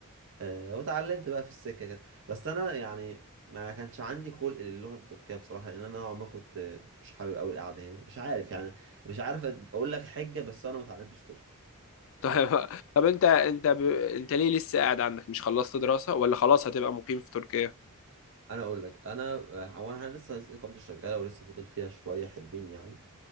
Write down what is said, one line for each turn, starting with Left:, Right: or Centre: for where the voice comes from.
Right: آه، واتعلمت بقى في السكه كده بس انا يعني ما كانش عندي خلق للغه التركيه بصراحه لان انا نوعا ما كنت آه، مش حابب قوي القعده هنا مش عارف يعني مش عارف أد- اقول لك حجه بس انا ما اتعلمتش تركي
Left: <laughs> طيب
Right: من الآخر.
Left: طب انت انت ب... انت ليه لسه قاعد عندك مش خلصت دراسة ولا خلاص هتبقى مقيم في تركيا
Right: انا اقول لك انا آه، هو انا لسه اقامتي شغاله ولسه فاضل فيها شويه حلوين يعني